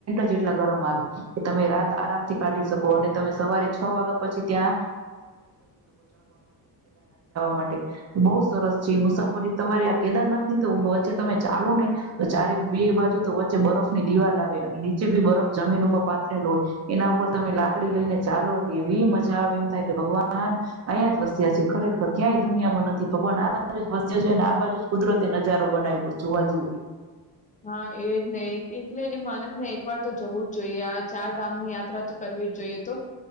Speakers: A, on the right; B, on the left.
A: જેવા મજબૂત ટેન્ટ હોય છે, જે એટલા ગરમ હોય છે કે તમે રાત આરામથી પસાર કરી શકો. ત્યારબાદ સવારે છ વાગ્યા પછી કેદારનાથ જવા માટે આગળની મુસાફરી શરૂ કરી શકો. સરસ
B: હમ
A: છે મુસાફરી તમારી કેદારનાથ ની તો વચ્ચે તમે ચાલો ને તો ચારે બે બાજુ તો વચ્ચે બરફ ની દિવાલ આવે અને નીચે ભી બરફ જમીન ઉપર પાતરેલ હોય એના ઉપર તમે લાકડી લઈને ચાલો એટલે એવી મજા આવે એમ થાય કે ભગવાન અહીંયા જ વસ્યા છે ખરેખર ક્યાંય દુનિયામાં નથી ભગવાન આ બા જ વસ્યા છે અને આ બાજુ જ કુદરતે નજારો બનાવ્યો જોવા જેવું.
B: હા એજ નહી એટલે માણસને એક વાર તો જવું જ જોઈએ આ ચાર ધામની યાત્રા તો કરવી જ જોઈએ તો